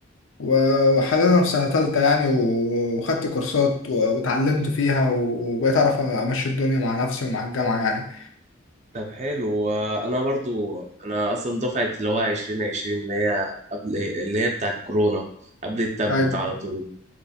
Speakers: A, on the left; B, on the right.
A: وحاليا أنا في سنة تالتة يعني و- وخدت كورسات و- واتعلمت فيها و- وبقيت أعرف أمشي الدنيا مع نفسي ومع الجامعة يعني
B: طب حلو آه، انا برضو انا اصلا دفعه اللي هو 2020 اللي هي قبل اللي هي بتاعت كورونا قبل التابلت
A: أيوه
B: على طول